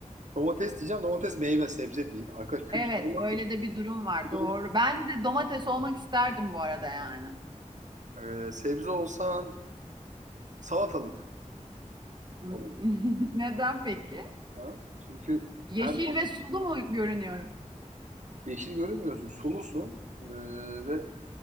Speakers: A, on the right; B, on the right.
A: domates diyeceğim. Domates meyve sebze değil. Arkadaş kültür
B: Evet,
A: olmak
B: öyle de bir durum
A: kültür
B: var. Doğru.
A: olmak.
B: Ben de domates olmak isterdim bu arada yani.
A: e, sebze olsan salatalık
B: <laughs>
A: olurdun.
B: Neden peki?
A: Ha? Çünkü
B: Yeşil
A: her
B: ve sulu mu görünüyorum?
A: yeşil görünmüyorsun. Sulusun. E, ve